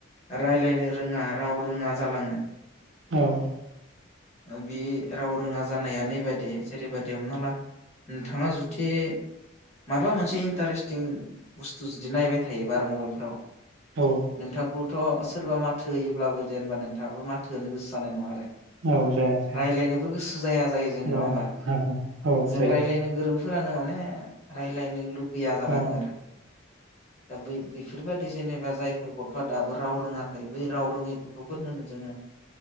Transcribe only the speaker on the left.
राय्लायनो रोङा राव रोङा जालाङो।
ओ बे राव रोङा जानाया नैबादि जेरैबायदि हमना ला नोंथां ङा जुदि माबा मोनसे इन्टारेस्टिं बुस्थु जुदि नायबाय थायोबा आरो मबाइलफोराव
नोंथांखौ थ' सोरबा माथो होयोब्लाबो जेनबा नोंथाङाबो माथो होनो गोसो जानाय नङा आरो राय्लायनोबो
गोसो जाया जायो जों नङा
होमबा
जों
राय्लायनो <unintelligible> फोरानो माने रायलायनो लु गैया जालाङो
आरो दाबै फोरबायदि जेनेबा जायफोर ग थ'आ दाबो राव रोङाखै बै राव रोङै गथफोरनोनो जोङो